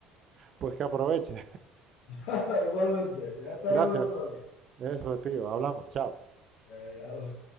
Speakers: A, on the right; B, on the left.
A: pues que aproveche.
B: <laughs> Igualmente,
A: <laughs>
B: ya estaremos
A: Gracias.
B: otro día.
A: Eso, tío. Hablamos. Chao.
B: Venga,